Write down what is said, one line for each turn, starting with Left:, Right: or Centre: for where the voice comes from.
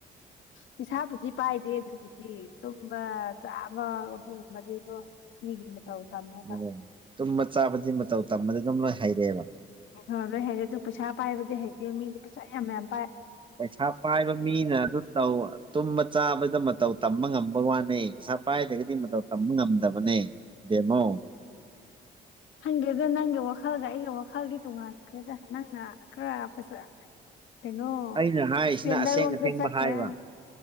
Left: ꯄꯩꯁꯥꯕꯨꯗꯤ ꯄꯥꯏꯗꯦ ꯑꯗꯨꯕꯨꯗꯤ ꯇꯨꯝꯕ ꯆꯥꯕ ꯑꯗꯨꯒꯨꯝꯕꯗꯤꯀꯣ ꯃꯤꯒꯤ ꯃꯇꯧ ꯇꯝꯃꯦꯕ
Right: ꯑꯣ ꯇꯨꯝꯕ ꯆꯥꯕꯗꯤ ꯃꯇꯧ ꯇꯝꯕꯗꯤ ꯑꯗꯨꯝ ꯂꯣꯏ ꯍꯩꯔꯛꯑꯦꯕ
Left: ꯍꯣꯏ ꯂꯣꯏ ꯍꯥꯏꯔꯦ ꯑꯗꯨ ꯄꯩꯁꯥ ꯄꯥꯏꯕꯗꯤ ꯍꯥꯏꯩꯇꯦ ꯃꯤꯗꯤ ꯄꯩꯁꯥ ꯌꯥꯝ ꯃꯌꯥꯝ
Right: ꯄꯩꯁꯥ ꯄꯥꯏꯕ ꯃꯤꯅ ꯑꯗꯨ ꯇ ꯇꯨꯝꯕ ꯆꯥꯕꯗ ꯃꯇꯧ ꯇꯝꯕ ꯉꯝꯕ ꯋꯥꯅꯦꯩ ꯄꯩꯁꯥ ꯄꯥꯏꯗꯒꯤꯗꯤ ꯃꯇꯧ ꯇꯝꯕ ꯉꯝꯗꯕꯅꯦ ꯕꯦꯃꯣ
Left: ꯍꯪꯦ ꯅꯪꯦ ꯋꯥꯈꯜꯒ ꯑꯩꯒ ꯋꯥꯈꯥꯜꯗꯤ ꯇꯉꯇ꯭ꯔꯦꯗ ꯅꯪꯅ ꯈꯔ ꯄꯩꯁꯥ ꯀꯩꯅꯣ
Right: ꯑꯩꯅ ꯍꯥꯏꯔꯤꯁꯤꯅ
Left: ꯏꯁꯇꯦꯟꯗꯔ
Right: ꯑꯁꯦꯡ
Left: ꯔꯣꯝꯗ
Right: ꯑꯁꯦꯡꯕ
Left: ꯆꯠꯈ꯭ꯔꯦ
Right: ꯍꯥꯏꯕ